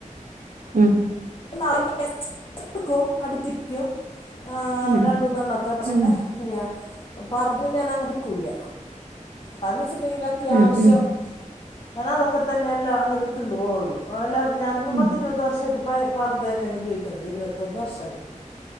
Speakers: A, on the right; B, on the left.
A: ഉം
B: <unintelligible> അടിപ്പിക്കും ഏ
A: ഉം,
B: രണ്ടുമൂന്നൊണ്ണൊക്കെ
A: ഉം,
B: ഹയ്യാ പർദ്ദ ഞാൻ അങ്ങെനെ എടുക്കൂല്ല കാരന്ന് വെച്ചിട്ട്ണ്ടെങ്കില് അത്യാവശ്യം
A: ഉം, ഉം,
B: തരാള്ളൊക്കെ തന്നേണ്ല്ലോ അങ്ങനെ ഇട്ടൂണ്ട് പോവൊള്ളു ഓല്ലേ ഞാനിപ്പ
A: ഉം,
B: പത്തിരുവത് വർഷായിട്ട് പയേ പർദ്ദന്നേണ് ഉപയോഗിക്കുന്നത് ഇരുവത്തൊന്ന് വർഷായി